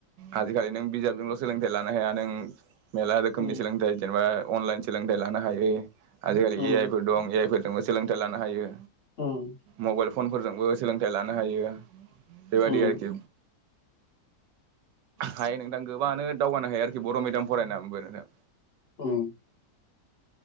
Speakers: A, on the right; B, on the left.
A: आजिखालि नों बिजाबजोंल' सोलोंथाइ लानो हाया नों मेला रोखोमनि
B: उम
A: सोलोंथाइ जेनेबा अनलाइन सोलोंथाइ लानो हायो आजिखालि
B: उम
A: ए आइ फोर दं ए आइ फोर दोंबो सोलोंथाइ लानो हायो
B: उम।
A: मबाइल फनफोरजोंबो सोलोंथाइ लानो हायो बेबायदि
B: उम
A: आरोखि हायो नोंथां गोबाडानो दावगानो हायो आरोखि बर' मिडियाम फरायनानैबो नोंथां
B: उम।